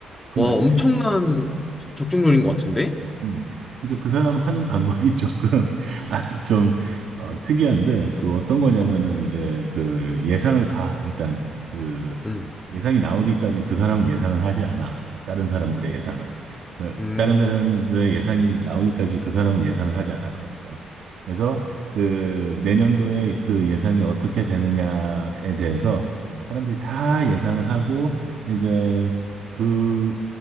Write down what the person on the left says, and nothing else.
와
엄청난 적중률인 것 같은데?
어,
음,
음.